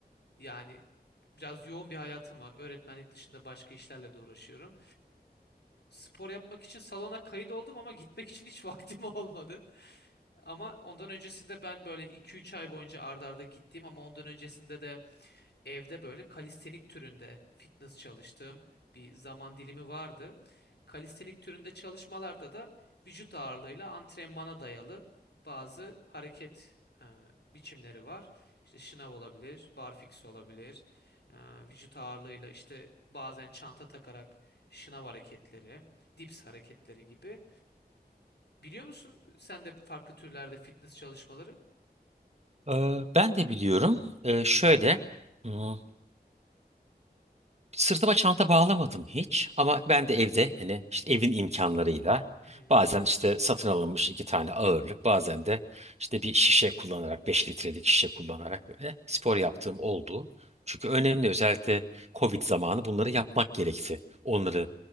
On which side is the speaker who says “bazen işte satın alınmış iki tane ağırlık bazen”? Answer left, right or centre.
Right